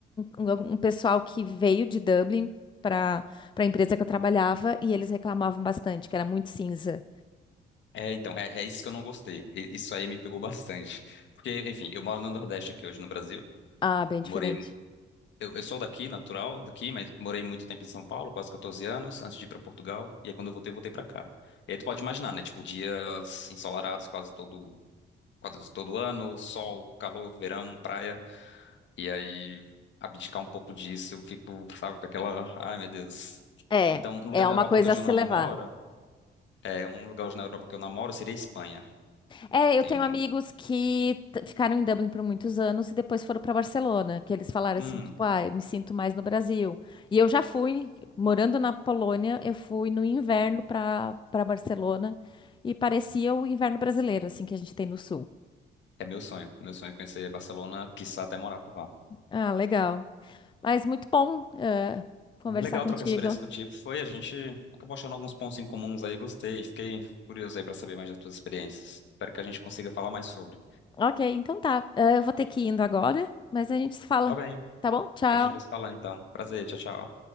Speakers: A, on the left; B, on the left.
A: um, algum- um pessoal que veio de Dublin para para a empresa que eu trabalhava e eles reclamavam bastante, que era muito cinza.
B: É, então, é, é isso que eu não gostei. E- Isso aí me pegou bastante. Porque, enfim, eu moro no Nordeste aqui hoje no Brasil.
A: Ah, bem
B: morei
A: diferente.
B: Eu, eu sou daqui, natural, daqui, mas morei muito tempo em São Paulo, quase 14 anos, antes de ir pra Portugal. E aí quando eu voltei, eu voltei pra cá. E aí tu pode imaginar, né? Tipo, dias ensolarados quase todo, quase todo ano, sol, calor, verão, praia. E aí abdicar um pouco disso, eu fico, sabe, com aquela, ai meu Deus.
A: É,
B: Então, um lugar
A: é
B: na
A: uma
B: Europa
A: coisa
B: que hoje
A: a se
B: eu namoro,
A: levar.
B: é um lugar hoje na Europa que eu namoro seria a Espanha.
A: É, eu
B: Tem
A: tenho
B: um,
A: amigos que t- ficaram em Dublin por muitos anos e depois foram para Barcelona, que eles falaram
B: hum,
A: assim, tipo, ah, eu me sinto mais no Brasil. E eu já fui, morando na Polônia, eu fui no inverno para para Barcelona e parecia o inverno brasileiro, assim, que a gente tem no sul.
B: é meu sonho, meu sonho é conhecer Barcelona, quiçá até morar por lá.
A: Ah, legal. Mas muito bom, eh, conversar
B: Legal
A: contigo.
B: trocar experiência contigo. Foi, a gente acabou achando alguns pontos em comuns aí, gostei. Fiquei curioso aí pra saber mais das tuas experiências. Espero que a gente consiga falar mais sobre.
A: Ok, então tá. Eh, eu vou ter que ir indo agora, mas a gente se fala,
B: Tá bem,
A: tá bom? Tchau.
B: a gente vai se falando então. Prazer, tchau, tchau.